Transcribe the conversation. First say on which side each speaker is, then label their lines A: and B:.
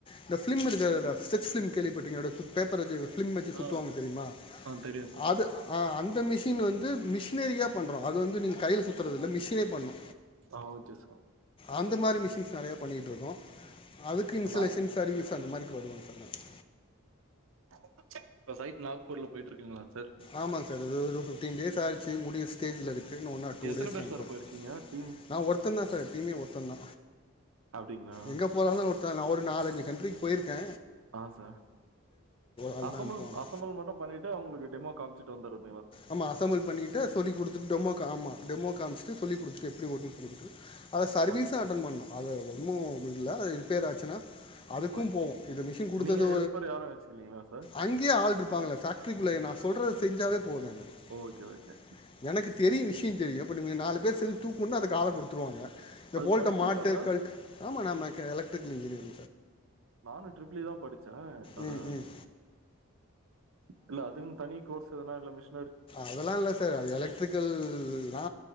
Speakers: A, on the left; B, on the right.
A: இந்த பிலிம் இருக்க ஸ்டெச்லி கேள்விப்பட்ரு கிங்க பேப்பர் வச்சு பிலிம் வச்சு சுத்துவாங்க
B: ஆ,
A: தெரியுமா
B: ஆ தெரியும் சார்.
A: அது அந்த மிஷின் வந்து மிஷின் எந்த ஏரியா பண்றோம் அது வந்து நீங்க கையில சுத்தி அந்த மிஷினே பண்ணு
B: ஆ ஓகே சார்.
A: அந்த மாரி மிஷின்ஸ் நெறையா பண்ணிகிட்டுருக்கோ அதுக்கு இன்சுலேஷன்
B: நாக்
A: சர்வீஸ் அந்த மாரிக்கு வருவாங்க சார்
B: இப் ச்ச இப்ப சைட் நாக்பூர்ல போயிட்டு இருக்கங்களா சார்
A: ஆமாங்க சார் ஒரு பிஃப்டீன் டேஸ் ஆயிச்சு முடிய ஸ்டேஜ் இருக்கு ஒ ஆர் டூ
B: எத்தன
A: டேஸ்ல
B: பேர்
A: எனக்ஒர்க்
B: சார் போயிருக்கீங்க டீம்?
A: நா ஒருத்தன் தா சார் தம ஒருத்த தா
B: அப்டிங்களா?
A: எங்க போனாலு ஒரு சார் நா ஒரு நாலஞ்சு கண்ட்ரிக்கு போயிருக்கே
B: அ சார்
A: ஆள்
B: அசம்புள்
A: தான் அனுப்புவாங்க
B: அசம்புள் மட்டு பண்ணிட்டு அவங்களுக்கு டெமோ காமிச் தொந்தரவ்
A: ஆமா அசம்புள் பண்ணிட்டு சொல்லி குடுத்து டெமோக் ஆமா டெமோ காமிச்சுட்டு சொல்லி குடுத்துட்டு எப்டி <unintelligible> அ சர்வீஸ்
B: ஓகே,
A: அட்டன் பண்ணு அது ஒன்னு இல்ல பேராச்சனா அதுக்கும்
B: ஓகே.
A: போவோ இந்த மிஷின் குடுத்தது
B: நீங்க ஹெல்ப்பர் யாரும் வச்சுக்கலீங்களா சார்?
A: அங்கேயே ஆள் இருப்பாங்கள பேட்ரிக்குள்ளா சொல்ற செஞ்சாவே <unintelligible>
B: ஓகே, ஓகே.
A: எனக்கு தெரியு விஷ <unintelligible> தெரியு இப்ப நீங்க நாலு பேர் தூக்குன் அது கால ட்ருவாங்க இந்த
B: அது
A: போல்ட்டா
B: படிச்சீங்களா
A: மாட்டு
B: சார்?
A: கல்ட் ஆமா ந எலக்டிரிக்கல் இன்ஜீனியர்
B: நானு ட்ரிபிலி தா படுச் சே அதா
A: ம் ம்
B: இல்ல அதுன் தனி கோர்ஸ் எதுனா இல்ல மிஷ்
A: அதெல்லா இல்ல சார் எலக்ட்ரிக்கல் நா